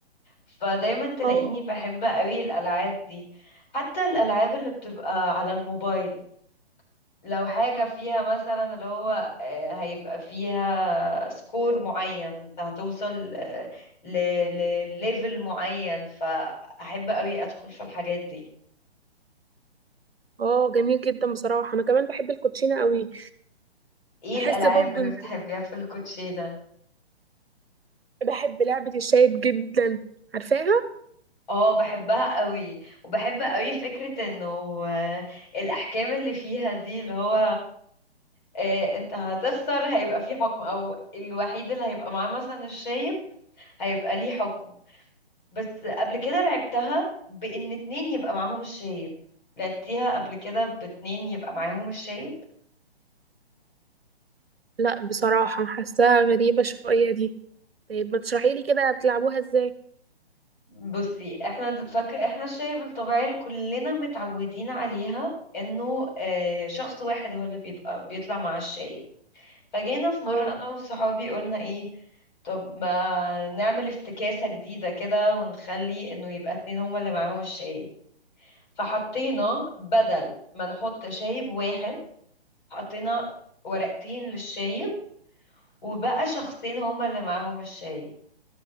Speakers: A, on the left; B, on the right.
A: فدايما تلاقيني
B: اه
A: بحب قوي الألعاب دي حتى الألعاب اللي بتبقى على الموبايل لو حاجة فيها مثلا اللي هو آه، هيبقى فيها سكور معين انت هتوصل آه، ل... لليفل معين فأحب قوي أدخل في الحاجات دي
B: اه جميل جدا بصراحة انا كمان بحب الكوتشينة قوي
A: ايه
B: بحس
A: الألعاب
B: برضو
A: اللي
B: ان
A: بتحبيها في الكوتشينة
B: بحب لعبة الشايب جدا عارفاها
A: اه بحبها قوي وبحب قوي فكرة انه آه، الاحكام اللي فيها دي اللي هو آه، انت هتخسر هيبقى في حكم او الوحيد اللي هيبقى معاه مثلا الشايب هيبقى ليه حكم بس قبل كده لعبتها بان اتنين يبقى معاهم الشايب لعبتيها قبل كده باتنين يبقى معاهم الشايب
B: لا بصراحة حاساها غريبة شوية دي طيب ما تشرحي لي كده بتلعبوها ازاي
A: بصي احنا د- فاكر احنا الشايب الطبيعية اللي كلنا متعودين عليها انه آه، شخص واحد هو اللي بيبقى بيطلع مع الشايب فجينا في مرة
B: اه
A: أنا وصحابي قلنا إيه طب ما نعمل افتكاسة جديدة كده ونخلي إنه يبقى اتنين هما اللي معاهم الشايب فحطينا بدل ما نحط شايب واحد حطينا ورقتين للشايب وبقى شخصين هما اللي معاهم الشايب